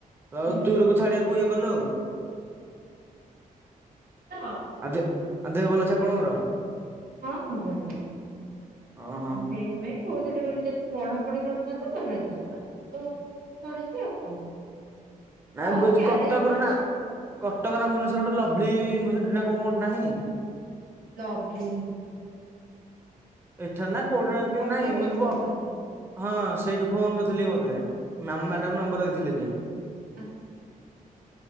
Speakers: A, on the right; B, on the right.
A: ତ ଆଉ
B: ହୁଁ।
A: ଦୂରକୁ ଛାଡିବାକୁ ଇଏ କଲେ ଆଉ।
B: ହଉ <unintelligible>
A: ଆଉ ଦେ ଆଉ ଦେହ ଭଲ ଅଛି ଆପଣଙ୍କର?
B: ହଁ ହଁ ଭଲ ଅଛି।
A: ଓହୋ
B: ଆଉ ସେଇଥିପାଇଁ କହୁଥିଲି କହିଲିଯେ ଯଦି ପଢାପଢି କରିଥାନ୍ତୁ ଭଲ ହେଇଥାନ୍ତା କିନ୍ତୁ ପଢ଼ୁଛି ଆଉ କଣ।
A: ନାଇଁ
B: ହଉ
A: ଏଇଯୋଉ
B: କ୍ୟାରିୟର
A: କଟକର
B: ତ ଅଛି
A: ନା
B: ଆଉ
A: କଟକ ନା ଭୁବନେଶ୍ୱର ଗୋଟେ ଲଭଲି ୟୁନିଭ୍ରସିଟି ନା କଣ ଗୋଟେ ନାହିଁ।
B: ଲାଭଲି।
A: ଏଠାରେ ନା କୋଉଠି କି
B: କଟକ
A: ନାଇଁ
B: ହେଇଥିବ
A: ମତ ବ
B: ତାହେଲେ
A: ହଁ ସେଇଠୁ ଫୋନ କରିଥିଲି ମତେ ମ୍ୟାମ ମ୍ୟାଡାମ ନମ୍ବର ଦେଇଥିଲେ ଯେ।
B: ଆଚ୍ଛା